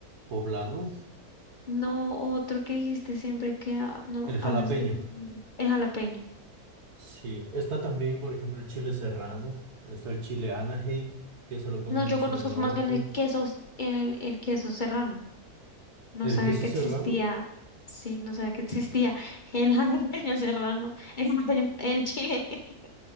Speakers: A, on the right (about 80°); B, on the left (about 40°).
A: poblano,
B: No, otro que dijiste siempre que ha- no
A: el jalapeño.
B: hablas de primero. El jalapeño.
A: Sí, está también, por ejemplo, el chile serrano, está el chile Anaheim, que se lo comen
B: No, yo
A: mucho
B: conozco
A: en el norte.
B: más bien el queso, el, el queso serrano. No
A: El
B: sabía
A: queso
B: que
A: serrano,
B: existía. Sí, no sabía que existía. El <laughs> jalapeño serrano. El jalapeño, el chile. <laughs>